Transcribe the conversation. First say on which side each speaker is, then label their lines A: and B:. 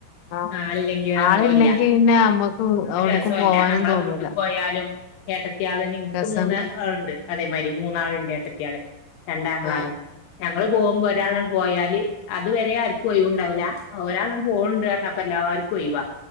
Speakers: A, on the left (about 85°); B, on the left (about 70°).
A: ആഹ്
B: ആളില്ലെങ്കി ഒരന്തോല്ല.
A: ആളില്ലെങ്കി പിന്നെ നമ്മക്ക്
B: ഒരസോല്ലഅമ്മളെ
A: എവിടക്കും പോവാനും തോന്നൂല
B: വിട്ട്കോയാലും ഏട്ടത്യാളും ഇൻക്
A: രസാണ്
B: മൂന്ന് ഉണ്ട് അതേമാതിരി മൂന്നാളുണ്ട് ഏട്ടത്തി ആള് രണ്ടാങ്ങളാരും.
A: ആഹ്
B: ഞങ്ങള് പോകുമ്പോ ഒരാളാണ്ണ്ട് പോയാല് അതേവരെ ആര്ക്കു ഒയിവുണ്ടാവുല. ഒരാള് പോണ്ണ്ട് പറഞ്ഞാ അപ്പ എല്ലാർക്കും ഒയിവാ.